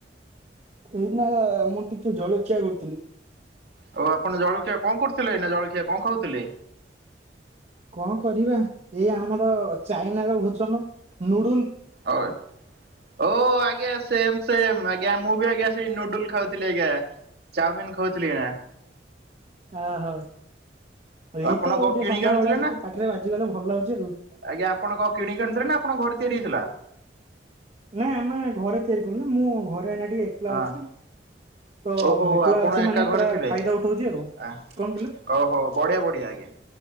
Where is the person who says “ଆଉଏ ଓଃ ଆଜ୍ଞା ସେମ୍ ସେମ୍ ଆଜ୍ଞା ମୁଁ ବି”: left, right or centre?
Right